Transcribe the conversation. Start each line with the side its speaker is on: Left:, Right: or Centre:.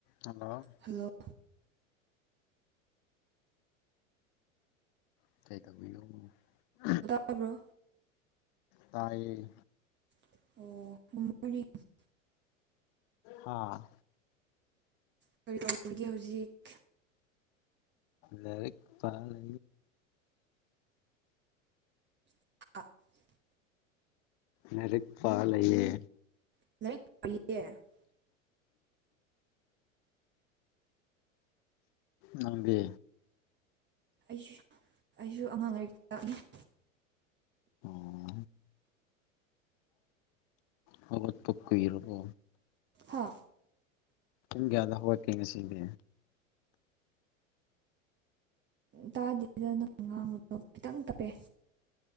Left: Hello
Right: hello
Left: <inaudible>
Right: ꯇꯥꯕ꯭ꯔꯣ
Left: ꯇꯥꯢꯌꯦ
Right: <unintelligible>
Left: ꯍꯥ
Right: ꯀꯔꯤꯇꯧꯔꯤꯒꯦ ꯍꯧꯖꯤꯛ
Left: ꯂꯔꯤꯛ ꯄꯥꯔꯤ
Right: <inaudible>
Left: ꯂꯥꯔꯤꯛ ꯄꯥ ꯂꯩꯌꯦ
Right: <unintelligible>
Left: ꯅꯪꯗꯤ
Right: ꯑꯩꯁꯨ ꯑꯩꯁꯨ ꯑꯉꯥꯡ ꯂꯩꯥꯔꯤꯛ ꯇꯥꯛꯅꯤ <inaudible>
Left: ꯑꯣ ꯍꯧꯒꯠꯄ ꯀꯨꯏꯔꯕꯣ
Right: ꯍꯥ
Left: ꯄꯨꯡ ꯀꯌꯥꯗ ꯍꯧꯒꯛꯀꯦ ꯉꯁꯤꯗꯤ꯫
Right: ꯇꯥꯗꯦꯗꯅꯪ ꯉꯥꯡꯕꯗꯣ ꯈꯤꯇꯪ ꯇꯞꯄꯦ